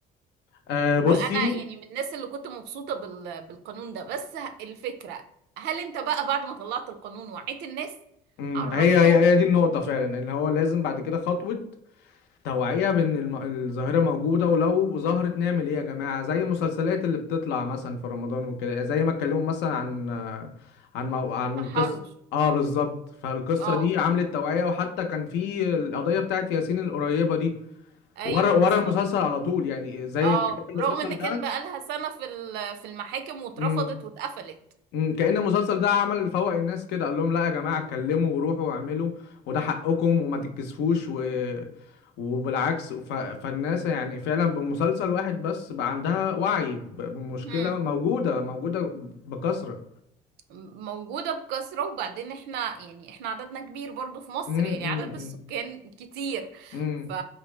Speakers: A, on the left (about 85°); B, on the right (about 80°).
A: أه
B: وانا
A: بصي
B: يعني من الناس اللي كنت مبسوطة بال... بالقانون ده بس ه- الفكرة هل انت بقى بعد ما طلعت القانون وعيت الناس
A: مم.
B: عرفتهم
A: هي هي هي دي النقطة فعلا ان هو لازم بعد كده خطوة توعية بإن الم- الظاهرة موجودة ولو ظهرت نعمل إيه يا جماعة زي المسلسلات اللي بتطلع مثلا في رمضان وكده زي ما اتكلموا مثلا عن عن مو... عن
B: التحرش
A: قصة اه بالظبط فالقصة
B: اه
A: دي عملت توعية وحتى كان في القضية بتاعت ياسين القريبة دي
B: ايوه
A: ورا ورا
B: بالظبط
A: المسلسل على طول يعني زي
B: اه
A: كان المسلسل
B: رغم ان كان بقى لها سنة في ال- في المحاكم واترفضت
A: ده
B: واتقفلت
A: مم، كأن المسلسل ده عمل فوق الناس كده قال لهم لا يا جماعة اتكلموا وروحوا واعملوا وده حقكم وما تتكسفوش و... وبالعكس ف... فالناس يعني فعلا بمسلسل واحد بس بقى عندها وعي ب- بمشكلة
B: امم
A: موجودة موجودة بكثرة
B: موجودة بكثرة وبعدين احنا يعني احنا عددنا كبير برضو في مصر
A: مم،
B: يعني
A: مم،
B: عدد السكان
A: مم،
B: كتير
A: مم،
B: ف...